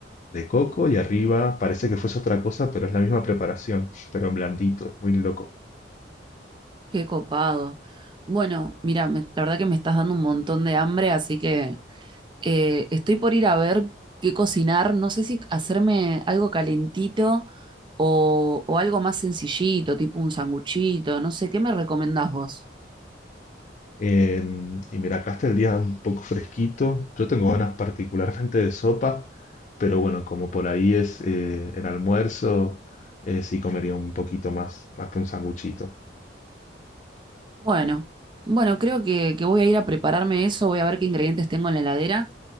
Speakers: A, on the left; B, on the right.
A: de coco y arriba parece que fuese otra cosa, pero es la misma preparación, pero en blandito, es muy loco.
B: Qué copado. Bueno, mira, me- la verdad que me estás dando un montón de hambre, así que eh, estoy por ir a ver qué cocinar. No sé si hacerme algo calentito o, o algo más sencillito, tipo un sanguchito, no sé, ¿qué me recomendás vos?
A: Eh, y mira, acá está el día un poco fresquito. Yo tengo ganas particularmente de sopa, pero bueno, como por ahí es eh, el almuerzo, eh, sí comería un poquito más, más que un sanguchito.
B: Bueno, bueno, creo que, que voy a ir a prepararme eso, voy a ver qué ingredientes tengo en la heladera